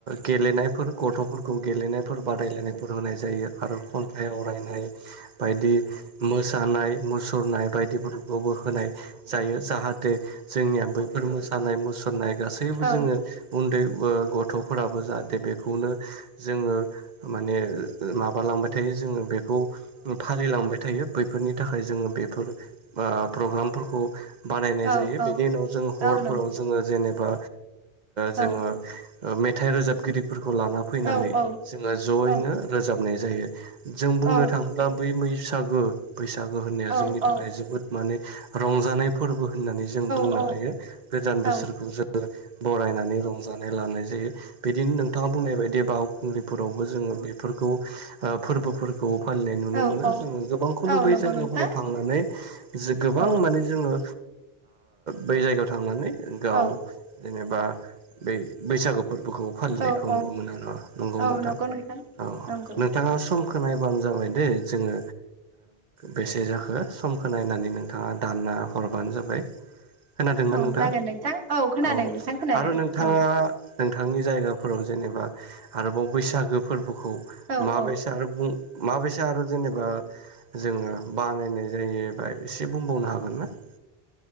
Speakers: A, on the right; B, on the right.
A: गेलेनायफोर गथ'फोर खौ गेलेनायफोर बादायलायनाय होनाय जायो आरो खन्थाइ आवरायनाय बायदि मो सानाय मुसुरनाय बायदिफोरखौबो होनाय जायो जाहाथ जाथे जोंनिया बैफोर मोसानाय मुसुरनाय गासैबो
B: औ-औ-औ-औ-औ-औ-औ-औ-औ-औ
A: जोङो उन्दै गथ'फोराबो जाहाथे बेखौनो जोङो माने माबालांबाय थायो जोङो बेखौ फारिलिलांबाय थायो बेफोरनि थाखाय जोङो बेफोर प्रग्रामफोरखौ बानायनाय
B: औ
A: जायो
B: औ
A: बेनि उनाव जों
B: औ
A: हरफोराव
B: नं
A: जोङो जेनेबा
B: औ
A: जोङो मेथाइ रोजाबगिरिफोरखौ लाना फैनानै
B: औ औ
A: जोङो जयैनो
B: औ
A: रोजाबनाय जायो। जों बुंनो
B: औ
A: थाङोब्ला बै बैसागो बैसागो होननाया
B: औ
A: जोंनि
B: औ
A: थाखाय जोबोद माने रंजानायफोर बो होननानै जों बुंनो
B: औ
A: हायो। गोदान
B: औ
A: बोसोरखौ जोङ बरायनानै रंजानाय लानाय जायो। बिदिनो नोंथाङा बुंनाय बायदि बावखुंग्रिफोरावबो जोङो बेफोरखौ फोरबोफोरखौ फालिनाय नुनो
B: औ
A: मोनो
B: औ औ
A: जोङो गोबांखौनो
B: औ
A: बै
B: नंगौ
A: जायगाफोराव
B: नोंथां
A: थांनानै गोबां
B: औ
A: माने जोङो बै जायगायाव थांनानै गाव
B: औ
A: जेनेबा बै बैसागु फोरबोखौ
B: औ
A: नु
B: औ
A: नंगौ
B: औ
A: नोंथां
B: नंगौ
A: औ
B: नंगौ
A: नोंथाङा खोननायबानो जाबाय दै जोङो बेसे जाखो समखौ नायनानै नोंथाङा दा हरबानो जाबाय। खोनादोंना
B: औ
A: नोंथाङ?
B: जागोन नोंथां खोनादों
A: औ
B: नोंथां खोनादों
A: आरो नोंथाङा
B: औ
A: नोंथांनि जायगा जेनेबा आरोबाव बैसागो फोरबोखौ
B: औ
A: माबसे
B: औ
A: आरो बुं माबायसा आरो जेनेबा जोङो बानायनाय जायोबा एसे बुंबावनो हागोन ना? <inaudible>